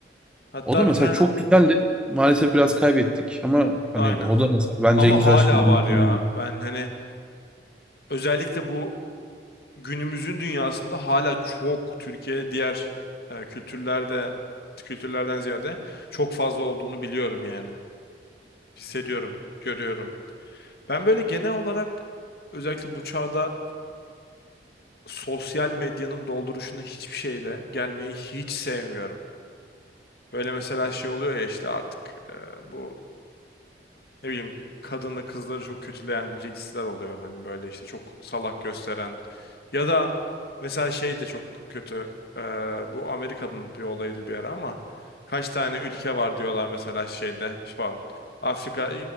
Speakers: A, on the left (about 60°); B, in the centre.
A: Hatta
B: O da mesela
A: bir tane
B: çok güzeldi. Maalesef biraz kaybettik ama
A: aynen.
B: hani o da mesela bence
A: Ama
B: en güzel
A: hala
B: şeylerden
A: var ya.
B: biri.
A: Ben hani özellikle bu günümüzün dünyasında hala çok Türkiye diğer e, kültürlerde kültürlerden ziyade çok fazla olduğunu biliyorum yani. Hissediyorum, görüyorum. Ben böyle genel olarak özellikle bu çağda sosyal medyanın dolduruşuna hiçbir şeyde gelmeyi hiç sevmiyorum. Böyle mesela şey oluyor ya işte artık e, bu ne bileyim kadını kızları çok kötüleyen reels'ler oluyor. Hani böyle işte çok salak gösteren ya da mesela şey de çok kötü. Ee, bu Amerika'nın bir olayıydı bir ara ama kaç tane ülke var diyorlar mesela şeyde. işte Pardon. Afrika,